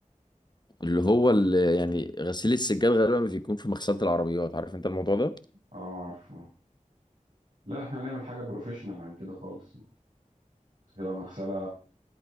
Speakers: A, on the left; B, on the right.
A: اللي هو اللي يعني غسيل السجاد غالبا بيكون في مغسلة العربيات عارف انت الموضوع ده
B: آه، عارفه لا احنا هنعمل حاجة بروفيشنال عن كده خالص هتبقى مغسلة